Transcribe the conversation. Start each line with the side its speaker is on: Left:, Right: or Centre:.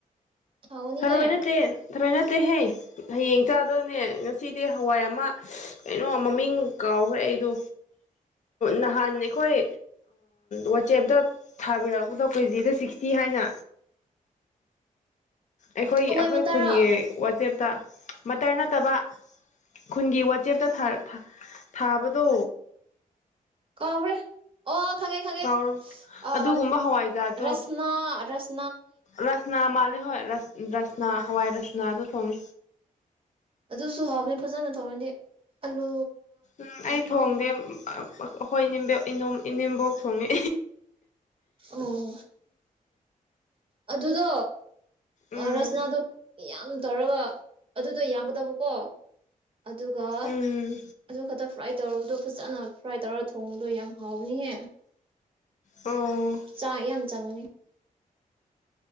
Right: ꯍꯥꯎꯒꯅꯤꯍꯦ
Left: ꯊꯔꯣꯏ ꯅꯠꯇꯦ ꯊꯔꯣꯏꯅ ꯇꯦꯍꯦ ꯍꯌꯦꯡ ꯆꯥꯗꯕꯅꯦ ꯉꯁꯤꯗꯤ ꯍꯋꯥꯏ ꯑꯃ ꯀꯩꯅꯣ ꯃꯃꯤꯡ ꯀꯥꯎꯈ꯭ꯔꯦ ꯑꯩꯗꯣ ꯅꯍꯥꯟ ꯑꯩꯈꯣꯏ ꯋꯥꯆꯦꯞꯇ ꯊꯥꯕꯤꯔꯛꯄꯗꯣ ꯀꯦꯖꯤꯗ ꯁꯤꯛꯁꯇꯤ ꯍꯥꯏꯅ ꯑꯩꯈꯣꯏ
Right: ꯍꯋꯥꯏ
Left: ꯑꯩꯈꯣꯏ
Right: ꯃꯇꯥꯔꯣ
Left: ꯈꯨꯟꯒꯤ ꯋꯥꯆꯦꯞ ꯇ ꯃꯇꯔ ꯅꯠꯇꯕ ꯈꯨꯟꯒꯤ ꯋꯥꯆꯦꯞꯇ ꯊꯔꯥ ꯊꯥꯕꯗꯨ
Right: ꯀꯥꯎꯈꯔ꯭ꯦ ꯑꯣ ꯈꯪꯉꯦ ꯈꯪꯉꯦ
Left: ꯀꯥꯎꯔꯣ
Right: ꯑ
Left: ꯑꯗꯨꯒꯨꯝꯕ ꯍꯋꯥꯏꯖꯥꯗꯣ
Right: ꯔꯁꯅꯥ ꯔꯁ
Left: ꯔꯁꯅꯥ ꯃꯥꯜ ꯍꯣꯏ ꯔꯥꯁ ꯔꯁꯅ
Right: ꯎꯝ ꯎꯝ
Left: ꯍꯋꯥꯏ ꯔꯁꯅ ꯐ <unintelligible>
Right: ꯑꯗꯨꯁꯨ ꯍꯥꯎꯅꯤ ꯐꯖꯅ ꯊꯣꯡꯔꯗꯤ ꯑꯂꯨ
Left: ꯎꯝ ꯑꯩ ꯊꯣꯡꯗꯦ ꯑꯩꯈꯣꯏ ꯏꯅꯦꯕ ꯏꯅꯤꯡꯦꯝꯕꯣꯛ ꯊꯣꯡꯉꯤ
Right: ꯑꯣ ꯑꯗꯨꯗꯣ
Left: ꯎꯝ
Right: ꯑ ꯔꯁꯅ ꯑꯗꯣ ꯌꯥꯝ ꯇꯧꯔꯒ ꯑꯗꯨꯗꯣ ꯌꯥꯝꯒꯗꯕꯀꯣ ꯑꯗꯨꯒ
Left: ꯎꯝ
Right: ꯑꯗꯨ ꯈꯛꯇ ꯐ꯭ꯔꯥꯏ ꯇꯧꯔꯕꯗꯣ ꯐꯖꯅ ꯐ꯭ꯔꯥꯏ ꯇꯧꯔ ꯊꯣꯡꯕꯗꯣ ꯌꯥꯝ ꯍꯥꯎꯕꯅꯤꯍꯦ
Left: ꯑꯣ
Right: ꯆꯥ ꯌꯥꯝ ꯆꯪꯃꯅꯤ